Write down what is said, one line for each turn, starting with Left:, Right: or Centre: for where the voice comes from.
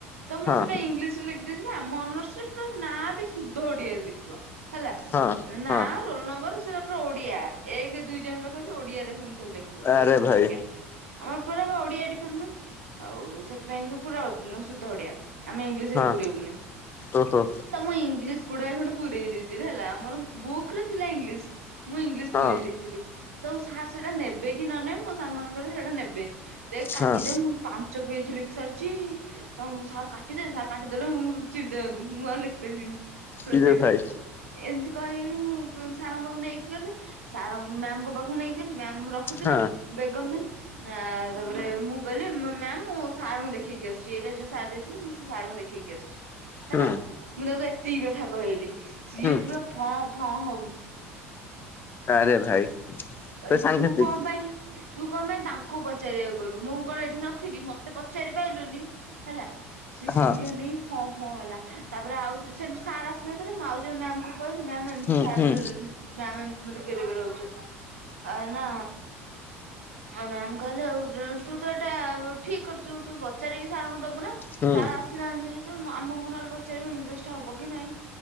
Right: ତ
Left: ହଁ
Right: ମୁଁ ସେଟା ଇଂଲିଶ ରେ ଲେଖିଦେଇଥିଲି ଆମ <unintelligible> ନାଁ ବି ଶୁଦ୍ଧ ଓଡିଆରେ ଲେଖିବ ହେଲା
Left: ହଁ
Right: ନା
Left: ହଁ
Right: ରୋଲ ନମ୍ବର ପୁରା ଓଡିଆ ଏକ ଦୁଇ ଜଣ ଲେଖନ୍ତ ଓଡିଆରେ ସେମିତି ଲେଖିବ
Left: ଆରେ
Right: ରୋଲ ନମ୍ବର
Left: ଭାଇ
Right: ହେରିକା। ଆମର ପୁରା ପା ଓଡିଆ ଡିପାର୍ଟମେଣ୍ଟ ଆଉ ସେଥିପାଇଁ କି ପୁରା ନୋ ସୁଧ ଓଡିଆ ଆମେ ଇଂଲିଶି ସେଠି
Left: ହଁ
Right: ପୁରେଇବୁନି
Left: ଓହୋ
Right: ତମ ଇଂଲିଶି ଗୁଡ଼ାଏ ଖଣ୍ଡେ ପୁରେଇ ଦେଇଥିଲ ହେଲା ଆମର ବୁକ୍ ରେ ଥିଲା ଇଂଲିଶି ମୁଁ ଇଂଲିଶି
Left: ହଁ
Right: ପୁରରେଇ ଦେଇଥିଲି ତ ସାର୍ ସେଟା ନେବେକି କି ନ ନେବେ ମୋ ସାଙ୍ଗ ମାନେ <unintelligible> ନେବେ ନି ଦେ କାଟିଦିଏ
Left: ହଁ
Right: ମୁଁ ପାଞ୍ଚ ପେଜ ଲେ ସରିଚି ଆଉ ମୁଁ ସାର କାଟିଦେବେ ସାର କାଟି ଦେଲେ ମୁଁ ଚିରିଦିଅନ୍ତୁ। ମୁଁ ଆଉ ଲେଖି ପରିବିନି।
Left: କିରେ
Right: ପ୍ରୋଜେକ୍ଟ
Left: ଭାଇ
Right: ଏନ୍ତି କହିବି ମୁଁ ସାରଙ୍କ ପାଖକୁ ନେଇକି ଗଲି ସାର ମ୍ୟାମ୍ କୁ ଫ ନେଇକରି ଗଲି ମ୍ୟାମ୍ ରଖୁଥିଲେ
Left: ହଁ
Right: ବେଗମ୍ ମ୍ୟାମ ଆ ତାପରେ ମୁଁ ଗଲି ମ୍ୟାମ୍ ମୁଁ ସାରଙ୍କୁ ଦେଖେଇକି ଆସୁଛି ଏଇଟା ଯୋଉ ସାର୍ ଦେଇଥିଲେ ମୁଁ ସେ ସାରଙ୍କୁ ଦେଖେଇକି ଆସୁଛି।
Left: ହୁଁ
Right: ହେଲା ମୁଁ ତାକୁ ଏ ଏତିକି କଥା କହିଲି। ସିଏ
Left: ହୁଁ
Right: ପୁରା ଫ ହଁ ହଉଛି।
Left: ଆରେ ଭାଇ।
Right: ଭାଇ
Left: ତ ସାଂଘାତିକ
Right: ତୁ କଣ ପାଇଁ ତୁ ତୁ କଣ ପାଇଁ ତାଙ୍କୁ ପଚାରିବାକୁ ଗଲୁ ମୁଁ କଣ ଏଠି ନଥିଲି ମତେ ପଚାରି ପାରିଲୁନି ହେଲା। <unintelligible>
Left: ହଁ
Right: ହଁ ହେଲା ତାପରେ ଆଉ ସେ ସାର୍ ଆସିନଥିଲେ ମୁଁ ଆଉ ଜଣେ ମ୍ୟାାମ କୁ କହିଲି ମ୍ୟାମ୍ ଏମିତି
Left: ହୁଁ
Right: ସାର
Left: ହୁଁ
Right: ମ୍ୟାମ ଏମିତି ମ ରେ ରହୁଛ। ଆ ନା ମ୍ୟାମ କହିଲେ ଆଉ ତୁ ତ ଏଇଟା ଠିକ କରିଛୁ ତୁ ପଚାରିକି ସାରଙ୍କୁ ଦବୁ। ଦବୁ ନା
Left: ହୁଁ
Right: ସାର୍ ଆସିନାହାନ୍ତି। ଆମକୁ ବି ନହେଲେ ପଚାରିବେ ଇଂଲିଶ ଟା ହବ କି ନାଇଁ?